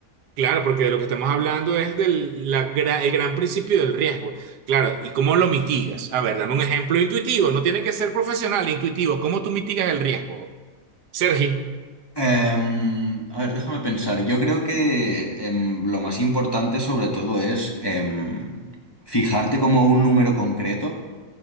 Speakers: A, on the right; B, on the left.
A: claro, porque de lo que estamos hablando es del la gra- el gran principio del riesgo. Claro, ¿y cómo lo mitigas? A ver, dame un ejemplo intuitivo. No tiene que ser profesional, intuitivo. ¿Cómo tú mitigas el riesgo? Sergi,
B: Em, a ver, déjame pensar. Yo creo que em, lo más importante sobre todo es em, fijarte como un número concreto